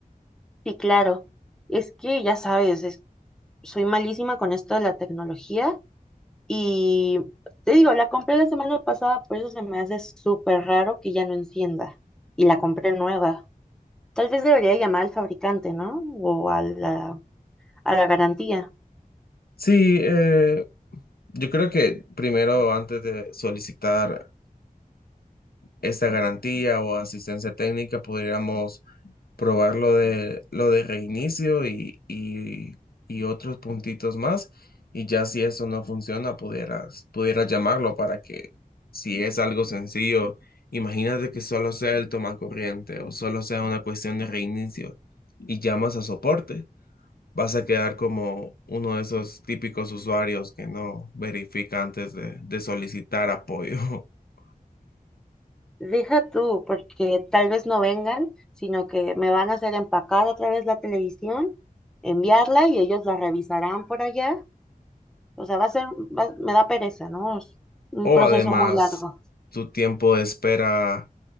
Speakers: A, in the centre; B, on the left (about 90°).
A: Sí, claro. Es que ya sabes, es- soy malísima con esto de la tecnología y te digo, la compré la semana pasada, por eso se me hace súper raro que ya no encienda. Y la compré nueva. Tal vez debería llamar al fabricante, ¿no? O a la, a la garantía.
B: Sí, eh, yo creo que primero, antes de solicitar esta garantía o asistencia técnica, podríamos probar lo de, lo de reinicio y, y, y otros puntitos más. Y ya si eso no funciona, pudieras, pudieras llamarlo para que, si es algo sencillo, imagínate que solo sea el tomacorriente o solo sea una cuestión de reinicio y llamas a soporte. Vas a quedar como uno de esos típicos usuarios que no verifica antes de, de solicitar apoyo. <laughs>
A: Deja tú, porque tal vez no vengan, sino que me van a hacer empacar otra vez la televisión, enviarla y ellos la revisarán por allá O sea, va a ser, va- me da pereza, ¿no? Es un
B: O
A: proceso
B: además,
A: muy Claro. largo.
B: tu tiempo de espera